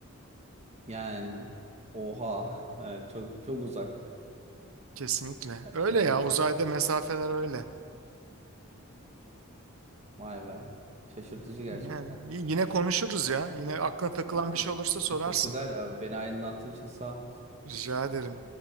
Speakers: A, on the right (about 30°); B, on the right (about 75°).
A: Yani oha. Evet, çok çok uzak.
B: Kesinlikle.
A: Aşırı
B: Öyle ya
A: uzak.
B: uzayda mesafeler öyle.
A: Vay be. Şaşırtıcı gerçekten.
B: Yani y- yine konuşuruz ya. Yine aklına takılan
A: Aa,
B: bir şey olursa sorarsın.
A: teşekkürler ya. Beni aydınlattığın için sağ ol.
B: Rica ederim.